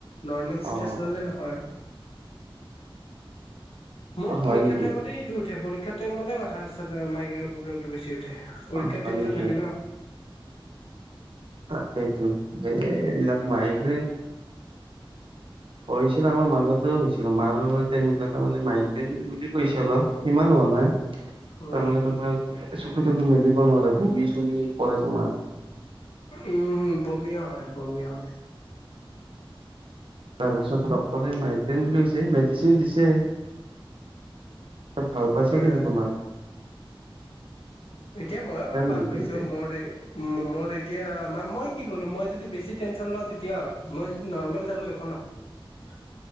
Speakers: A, on the left (about 90°); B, on the right (about 70°).
A: নৰ্মেল
B: অ',
A: ষ্ট্ৰেছ ল'লে নহয়। মোৰ পৰীক্ষাৰ
B: হয় নেকি?
A: টাইমতেইটো উঠে পৰীক্ষা টাইম মতে মাথাৰ <unintelligible> মাইগ্ৰেইনৰ প্ৰব্লেমটো বেছি চি উঠে পৰীক্ষাত
B: অ', হয়
A: টেনচন
B: নেকি?
A: থাকে ন।
B: তাকেতো এইবিলাক মাইগ্ৰেইন হৈছিল আমাৰ মাজত হৈছিল মাৰ তেনেকুৱা ত মানে মাইগ্ৰেইন বুলি কৈছিল। সিমান হোৱা নাই, তাৰমানে
A: উম
B: তোমাৰ চকু তকো মেলিব নোৱাৰে বমি চমি কৰে তোমাৰ।
A: উম, হম, বমি হয়। বমিয় হয়।
B: তাৰপিছত ডক্তৰে মাইগ্ৰেন বুলি কৈছে মেডিচিন দিছে। ত ভাল পাইছে
A: হয়
B: কিন্তু
A: হয়
B: তোমাৰ।
A: এতিয়া ময়ো বাৰু ভাল
B: কিন্তু
A: পাইছো,
B: এতিয়া
A: মোৰ-মোৰ এতিয়া ম-মই কি ক'লো মই যদি বেছি টেনশ্যন লওঁ তেতিয়া হয়, মই যদি নৰ্মেল থাকো একো নহয়।